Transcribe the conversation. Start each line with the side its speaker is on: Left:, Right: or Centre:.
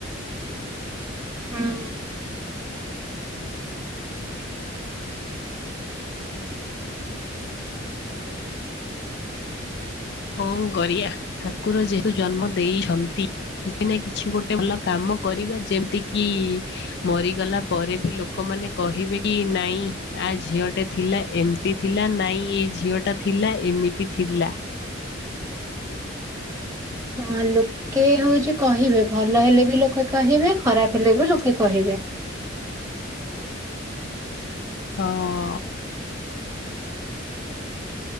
Right: ହୁଁ।
Left: ହଁ ଗରିଆ ଠାକୁର ଯେହେତୁ ଜନ୍ମ ଦେଇଛନ୍ତି କିଛି ନା କିଛି ଗୋଟେ ଭଲ କାମ କରିବା ଯେମିତି କିି ମରିଗଲା ପରେ ବି ଲୋକମାନେ କହିବେ କି ନାଇଁ ଆ ଝିଅ ଟେ ଥିଲା ଏ ଏମତି ଥିଲା ନାଇଁ ଏଇ ଝିଅ ଟା ଥିଲା ଏମିତି ଥିଲା।
Right: ହଁ ଲୋକେ ହଉଛି କହିବେ ଭଲ ହେଲେ ବି ଲୋକେ କହିବେ ଖରାପ ହେଲେ ବି ଲୋକେ କହିବେ।
Left: ହଁ।